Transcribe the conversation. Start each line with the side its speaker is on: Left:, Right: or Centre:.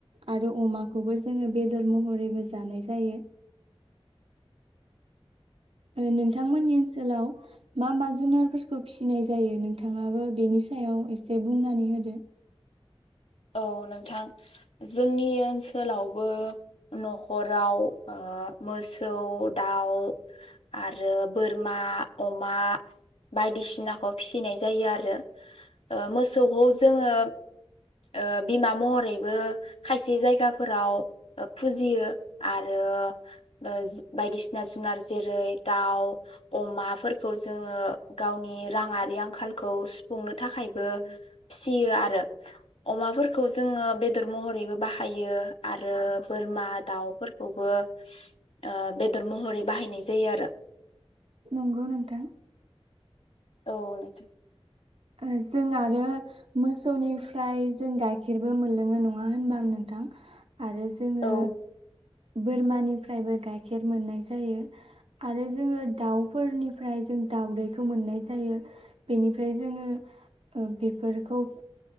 Right: आरो अमाखौबो जोङो बेदर महरैबो जानाय जायो। ओ नोंथांमोननि ओनसोलाव मा मा जुनारफोरखौ फिसिनाय जायो नोंथाङाबो बेनि सायाव एसे बुंनानै होदो।
Left: औ नोंथां जोंनि ओनसोलावबो नखराव ओ मोसौ, दाउ आरो बोरमा, अमा बायदिसिनाखौ फिसिनाय जायो आरो ओ मोसौखौ जोङो ओ बिमा महरैबो खायसे जायगाफोराव ओ‌ फुजियो आरो ओ बायदिसिना जुनार जेरै दाउ, अमाफोरखौ जोङो गावनि राङारि आंखालखौ सुफुंनो थाखायबो फिसियो आरो। अमाफोरखौ जोङो बेदर महरैबो बाहायो आरो बोरमा दाउफोरखौबो ओ बेदर महरै बाहायनाय जायो आरो।
Right: नंगौ नोंथां।
Left: औ।
Right: ओ जों आरो मोसौनिफ्राय जों गायखेर खेरबो मोनलोङो नङा होनबा नोंथां। आरो जोंङो
Left: औ
Right: बोरमानिफ्रायबो गायखेर मोननाय जायो आरो जोंङो दाउफोरनिफ्राय जों दाउदैखौ मोननाय जायो बेनिफ्राय जोंङो बेफोरखौ